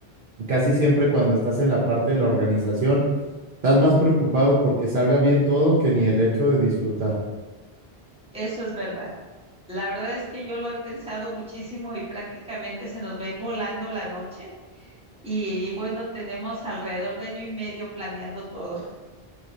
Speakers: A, on the right; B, in the centre.
A: casi siempre cuando estás en la parte de la organización estás más preocupado porque salga bien todo que ni el hecho de disfrutar.
B: eso es verdad. La verdad es que yo lo he pensado muchísimo y prácticamente se nos va a ir volando la noche. Y bueno, tenemos alrededor de año y medio planeando todo.